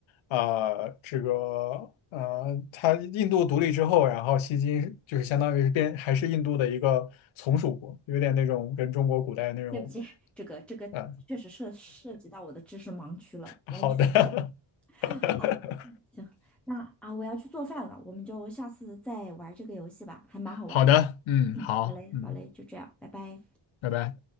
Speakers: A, on the left; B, in the centre.
A: 呃，这个呃，他印度独立之后，然后西金就是相当于是变还是印度的一个从属国，有点那种跟中国古代那种。
B: <laughs> 对不起，这个这个确实涉涉及到我的知识盲区了，
A: 呃好的，
B: 完全不懂。
A: <laughs>
B: 好，行，那啊，我要去做饭了，我们就下次再玩这个游戏吧，还蛮好玩的。
A: 好的，嗯，
B: 嗯，
A: 好，
B: 好嘞，
A: 嗯，
B: 好嘞，就这样，拜拜。
A: 拜拜。